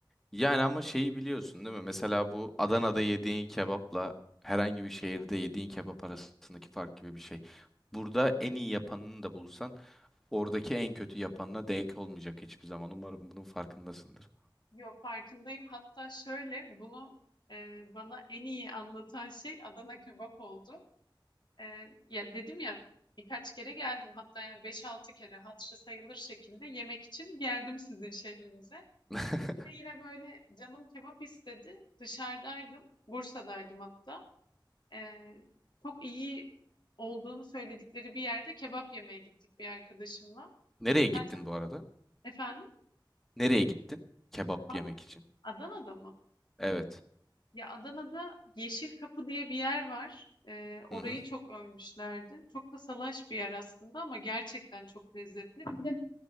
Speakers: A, in the centre; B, on the left (about 65°).
A: Yani ama şeyi biliyorsun değil mi? Mesela bu Adana'da yediğin kebapla herhangi bir şehirde yediğin kebap arasındaki fark gibi bir şey. Burada en iyi yapanını da bulsan oradaki en kötü yapanına denk olmayacak hiçbir zaman. Umarım bunun farkındasındır.
B: Yo farkındayım. Hatta şöyle bunu e, bana en iyi anlatan şey Adana kebap oldu. E, ya dedim ya birkaç kere geldim hatta yani beş altı kere hatırı sayılır şekilde yemek için geldim sizin şehrinize.
A: <laughs>
B: Bir de yine böyle canım kebap istedi. Dışarıdaydım. Bursa'daydım hatta. Ee, çok iyi olduğunu söyledikleri bir yerde kebap yemeye gittik bir arkadaşımla.
A: Nereye gittin
B: Zaten
A: bu arada?
B: efendim
A: Nereye gittin? Kebap
B: ha,
A: yemek için.
B: Adana'da mı?
A: Evet.
B: Ya Adana'da Yeşil Kapı diye bir yer var. Ee, orayı
A: Hı hı.
B: çok övmüşlerdi. Çok da salaş bir yer aslında ama gerçekten çok lezzetli. Bir de